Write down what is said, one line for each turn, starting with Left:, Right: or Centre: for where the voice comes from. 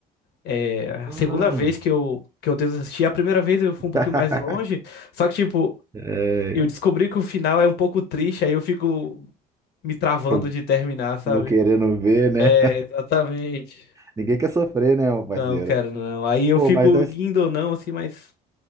Left: É a segunda
Right: mano.
Left: vez que eu, que eu tento assistir. A primeira vez eu fui um pouquinho
Right: <laughs>
Left: mais longe. Só que, tipo,
Right: É,
Left: eu descobri que o final é um pouco triste, aí eu fico me travando
Right: Fica
Left: de terminar, sabe?
Right: não querendo ver, né?
Left: É, exatamente.
Right: Ninguém quer sofrer, né, meu
Left: Não,
Right: parceiro?
Left: cara, não. Aí eu
Right: Pô,
Left: fico
Right: mas é
Left: indo ou não, assim, mas